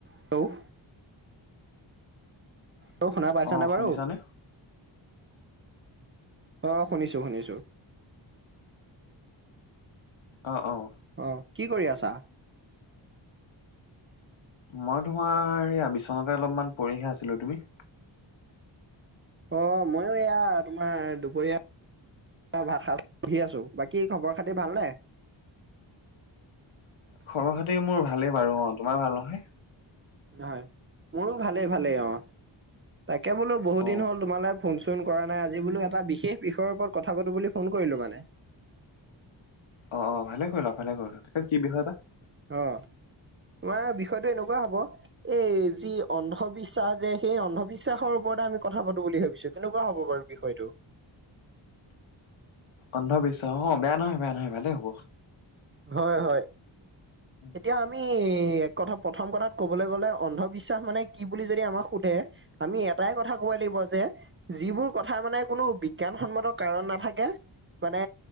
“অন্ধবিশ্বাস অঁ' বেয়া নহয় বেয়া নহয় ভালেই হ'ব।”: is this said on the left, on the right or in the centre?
Left